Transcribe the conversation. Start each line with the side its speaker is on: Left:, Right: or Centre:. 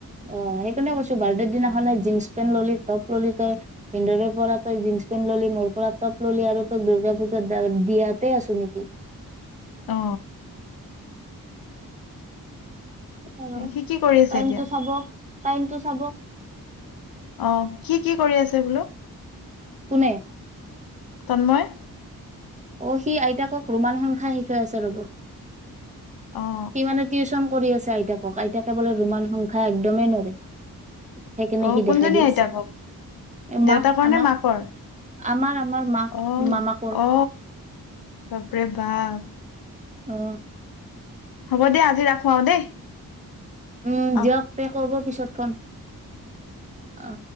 Right: অ সেইকাৰণে কৈছো বাৰ্থডে দিনাখনে জীন্চ পেন্ট ললি টপ ললি তই পিন্ধৰে পৰা। তই জীন্স পেন্ট ললি মোৰ পৰা টপ ললি আৰু তই দূৰ্গা পূজাত দিয়াতেই আছো নেকি।
Left: অ
Right: আৰু
Left: সি কি কৰি আছে
Right: টাইমটো
Left: এতিয়া
Right: চাব টাইমটো চাব।
Left: অ সি কি কৰি আছে বোলে।
Right: কোনে?
Left: তন্ময়়!
Right: অ সি আইতাকক ৰোমান সংখ্যা শিকাই আছে ৰব
Left: অ
Right: সি মানে টিউচন কৰি আছে আইতাকক আইতাকে বোলে ৰোমান সংখ্যা একদমেই নৰে। সেইকাৰনে
Left: অ
Right: সি
Left: কোনজনী
Right: দেখাই দি
Left: আইতাকক
Right: আছে
Left: দেউতাকৰ
Right: মাক আমাক
Left: নে মাকৰ
Right: আমাৰ তোমাৰ মাক
Left: অ
Right: মামাকৰ।
Left: অ বাপৰে বাপ।
Right: অ
Left: হ'ব দে আজি ৰাখো আৰু দেই।
Right: উম
Left: অহ
Right: দিয়ক তে কৰিব পিছত ফোন, অ।